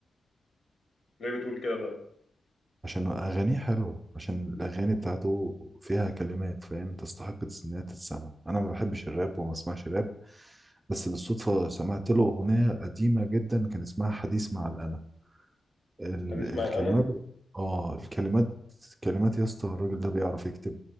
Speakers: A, on the left; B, on the right.
A: ليه بتقول كده طيب
B: عشان أغانيه حلوة عشان الأغاني بتاعته فيها كلمات فاهم تستحق إنها تتسمع أنا ما بحبش الراب وما بسمعش راب بس بالصدفة سمعت له أغنية قديمة جدا كان اسمها حديث مع الأنا ال-
A: هتسمع
B: الكلمات
A: انا
B: آه الكلمات كلمات يا اسطى الراجل ده بيعرف يكتب